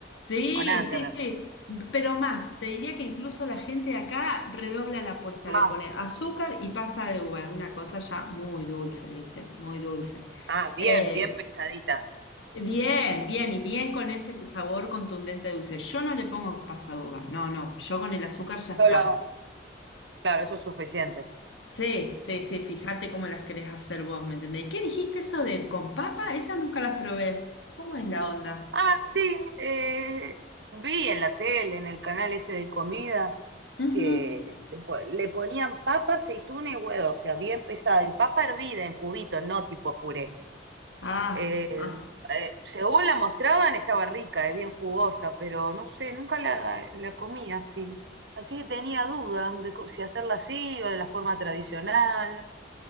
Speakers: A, on the left; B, on the right.
A: Sí,
B: O nada
A: sí,
B: que ver.
A: sí, pero más, te diría que incluso la gente de acá redobla la apuesta,
B: Más.
A: le pone azúcar y pasa de uva, una cosa ya muy dulce, ¿viste? Muy dulce.
B: Ah, bien,
A: Eh,
B: bien pesadita.
A: bien, bien, y bien con ese sabor contundente de dulce. Yo no le pongo pasa de uva, no, no, yo con el azúcar ya
B: Solo.
A: está.
B: Claro, eso es suficiente.
A: Sí, sí, sí, fíjate cómo las querés hacer vos, ¿me entendés? ¿Qué dijiste eso de con papa? Esas nunca las probé. ¿Cómo es la onda?
B: Ah, sí, eh, vi en la tele, en el canal ese de comida,
A: Ujú.
B: que le, po- le ponían papa, aceituna y huevo, o sea, bien pesada, y papa hervida en cubitos, no tipo puré.
A: Ah,
B: Eh,
A: ah,
B: eh, según la mostraban, estaba rica, eh, bien jugosa, pero no sé, nunca la, la comí así. Así que tenía duda de co- si hacerla así o de la forma tradicional,